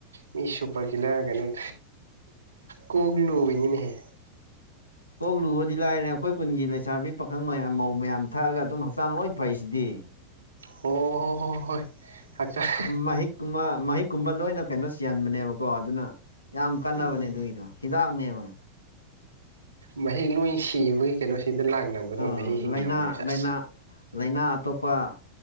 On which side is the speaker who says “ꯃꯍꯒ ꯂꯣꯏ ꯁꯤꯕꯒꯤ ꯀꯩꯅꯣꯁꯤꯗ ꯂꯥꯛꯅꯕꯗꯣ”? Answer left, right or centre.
Right